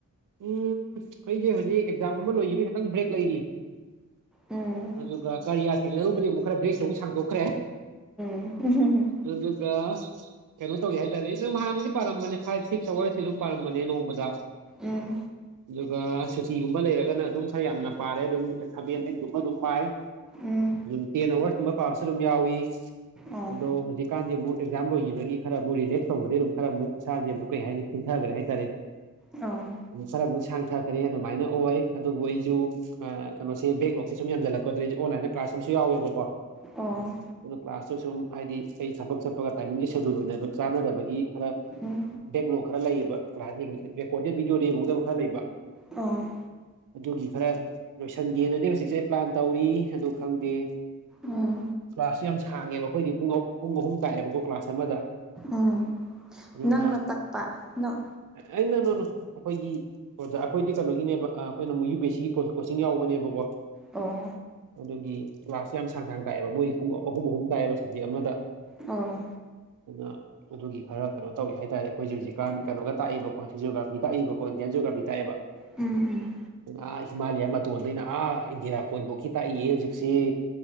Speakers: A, on the right (about 75°); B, in the centre.
A: ꯎꯝ ꯑꯩꯈꯣꯏꯁꯦ ꯍꯧꯖꯤꯛ ꯑꯦꯛꯖꯥꯝ ꯑꯃ ꯂꯣꯏꯈꯤꯕꯒꯤ ꯈꯈꯤꯇꯪ ꯕ꯭ꯔꯦꯛ ꯂꯩꯔꯤ
B: ꯎꯝ
A: ꯑꯗꯨꯒ ꯀꯔꯤꯌꯥ ꯊꯦꯡꯅꯔꯨꯕꯗꯤ ꯑꯃꯨꯛ ꯈꯔ ꯕ꯭ꯔꯦꯛꯁ ꯑꯃꯨꯛ ꯁꯥꯡꯗꯣꯛꯈ꯭ꯔꯦ
B: ꯎꯝꯝꯝ
A: <unintelligible> ꯀꯩꯅꯣ ꯇꯧꯒꯦ ꯍꯥꯏꯇꯥꯥꯔꯗꯤ ꯑꯩꯁꯨ ꯍꯥꯟꯅꯗꯤ ꯄꯥꯔꯝꯕꯅꯦꯏ <unintelligible> ꯁꯤꯁ ꯑꯋꯥꯔꯁꯤ ꯑꯗꯨꯝ ꯄꯥꯔꯝꯕꯅꯦ ꯅꯣꯡꯃꯗ
B: ꯎꯝ
A: ꯑꯗꯨꯒ ꯁꯨꯇꯤꯒꯨꯝꯕ ꯂꯩꯔꯒꯅ ꯑꯗꯨꯝ ꯈꯔ ꯌꯥꯝꯅ ꯄꯥꯔꯦ ꯑꯗꯨꯝ ꯁꯚꯦꯟ ꯑꯩꯠꯀꯨꯝꯕ ꯑꯗꯨꯝ ꯄꯥꯏ
B: ꯎꯝ
A: ꯑꯗꯨꯝ ꯇꯦꯟ ꯑꯋꯥꯔꯁ ꯀꯨꯝꯕ ꯄꯥꯕꯁꯨ ꯑꯗꯨꯝ ꯌꯥꯎꯏ
B: ꯑꯣ
A: ꯑꯗꯣ ꯍꯧꯖꯤꯛꯀꯥꯟꯗꯤ ꯑꯃꯨꯛ ꯑꯦꯛꯖꯥꯝ ꯂꯣꯏꯈꯤꯕꯒꯤ ꯈꯔ ꯑꯃꯨꯛ ꯔꯤꯂꯦꯛꯁ ꯇꯧꯕꯗꯒꯤ ꯑꯗꯨꯝ ꯈꯔ ꯑꯃꯨꯛ ꯏꯁꯥꯁꯦ ꯑꯃꯨꯛ ꯀꯩ ꯍꯥꯏꯅꯤ <unintelligible>
B: ꯑ
A: ꯈꯔꯃꯨꯛ ꯁꯥꯡꯊꯈ꯭ꯔꯦ ꯑꯗꯨꯃꯥꯏꯅ ꯑꯣꯏ ꯑꯗꯨꯕꯨ ꯑꯩꯁꯨ ꯀꯩꯅꯣꯁꯦ ꯕꯦꯛꯂꯣꯛꯁꯦ ꯁꯨꯝ ꯌꯥꯝꯟꯖꯂꯛꯀꯗꯩꯗꯤ ꯑꯣꯟꯂꯥꯏꯟꯗ ꯀ꯭ꯂꯥꯁ ꯁꯨꯝꯁꯨ ꯌꯥꯎꯋꯦꯕꯀꯣ
B: ꯑ
A: ꯑꯗꯨꯅ ꯀ꯭ꯂꯥꯁꯇꯨ ꯁꯨꯝ ꯍꯥꯏꯗꯤ ꯑꯩ ꯊꯕꯛ ꯆꯠꯄꯒ ꯇꯥꯏꯃꯤꯡꯒꯤ ꯁꯦꯗꯨꯜ ꯑꯣꯏꯅꯕ ꯆꯥꯟꯅꯗꯕꯒꯤ ꯈꯔ
B: ꯎꯝ
A: ꯕꯦꯛꯂꯣꯛ ꯈꯔ ꯂꯩꯌꯦꯕ ꯀ꯭ꯂꯥꯁ ꯔꯦꯀꯣꯔꯗꯦꯠ ꯚꯗꯤꯑꯣꯗ ꯌꯦꯡꯍꯧꯗꯕ ꯈꯔ ꯂꯩꯕ
B: ꯑ
A: ꯑꯗꯨꯒꯤ ꯈꯔ ꯂꯣꯏꯁꯟꯒꯦꯅꯗꯤ ꯍꯧꯖꯤꯛꯁꯦ ꯄ꯭ꯂꯥꯟ ꯇꯧꯔꯤ ꯑꯗꯨ ꯈꯪꯗꯦ
B: ꯎꯝ
A: ꯀ꯭ꯂꯥꯁꯁꯨ ꯌꯥꯝ ꯁꯥꯡꯉꯦꯕ ꯑꯩꯈꯣꯏꯗꯤ ꯄꯨꯡ ꯄꯨꯡ ꯑꯍꯨꯝ ꯇꯥꯏꯑꯦꯕꯀꯣ ꯀ꯭ꯂꯥꯁ ꯑꯃꯗ
B: ꯎꯝ
A: ꯑꯗꯨꯅ
B: ꯅꯪꯅ ꯇꯛꯄ ꯅꯪ
A: ꯑꯩꯅ ꯅꯨꯅ ꯑꯩꯈꯣꯏꯒꯤ ꯑꯣꯖ ꯑꯩꯈꯣꯏꯗꯤ ꯀꯩꯅꯣꯒꯤꯅꯦꯕ ꯑꯩꯈꯣꯏꯅ ꯑꯃꯨꯛ ꯌꯨ ꯕꯤ ꯑꯦ ꯁꯤꯒꯤ ꯀꯣꯆꯤꯡ ꯌꯥꯎꯕꯅꯦꯕꯀꯣ
B: ꯑꯣ
A: ꯑꯗꯨꯒꯤ ꯀ꯭ꯂꯥꯁꯁꯨ ꯌꯥꯝ ꯁꯥꯡ ꯁꯥꯡ ꯇꯥꯏꯑꯕ ꯃꯣꯏꯗꯤꯦ ꯄꯨꯡ ꯑꯍꯨꯝ ꯑꯍꯨꯝ ꯇꯥꯏꯑꯦꯕ ꯁꯞꯖꯦꯛ ꯑꯃꯗ
B: ꯑꯣ
A: ꯑꯗꯨꯅ ꯑꯗꯨꯒꯤ ꯈꯔ ꯀꯩꯅꯣ ꯇꯧꯋꯤ ꯍꯥꯏꯇꯥꯔꯦ ꯑꯩꯈꯣꯏꯖꯤ ꯍꯧꯖꯤꯛꯀꯥꯟ ꯀꯩꯅꯣꯒ ꯇꯥꯛꯏꯕꯀꯣ ꯐꯤꯖꯤꯑꯣꯒ꯭ꯔꯥꯐꯤ ꯇꯥꯛꯏꯕꯀꯣ ꯇꯦꯟꯖꯒꯔꯕꯤ ꯇꯑꯕ
B: ꯎꯝ ꯎꯝ
A: ꯑꯥ ꯍꯤꯃꯥꯂꯌꯥ ꯃꯇꯣꯟꯜꯗꯩꯅ ꯑꯥ ꯏꯟꯗꯤꯔꯥ ꯄꯣꯏꯟꯃꯨꯛꯀꯤ ꯇꯥꯛꯏꯌꯦ ꯍꯧꯖꯤꯛꯁꯤ